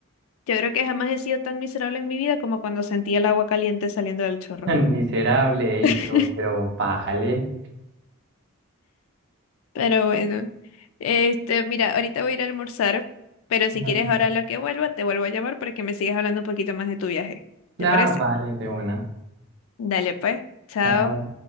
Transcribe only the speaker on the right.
Tan miserable, ey,
pero, pero bájale.
Vale,
vale.
Ah,
vale, de una.
Chao.